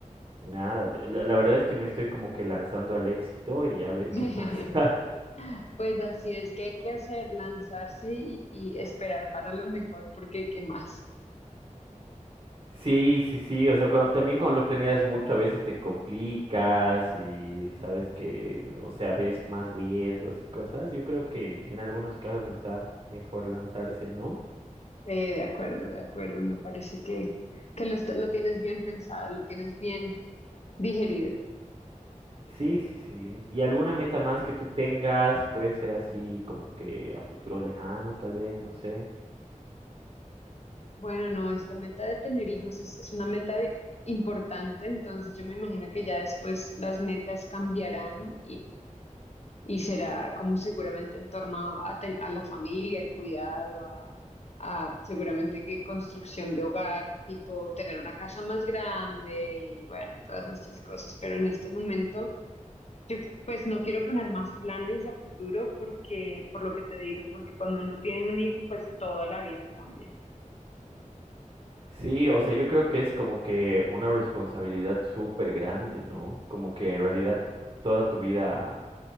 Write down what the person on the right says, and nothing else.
Nada, la, la verdad es que me estoy como que lanzando al éxito y a ver
qué pasa. <laughs>
Sí, sí, sí, o sea, cuando, también cuando lo planeas mucho a veces te complicas y sabes que, o sea, ves más riesgos y cosas. Yo creo que en algunos casos está mejor lanzarse, ¿no?
Sí, sí, sí. ¿Y alguna meta más que tú tengas? Puede ser así como que a futuro lejano, tal vez, no sé.
Sí, o sea, yo creo que es como que una responsabilidad súper grande, ¿no? Como que en realidad toda tu vida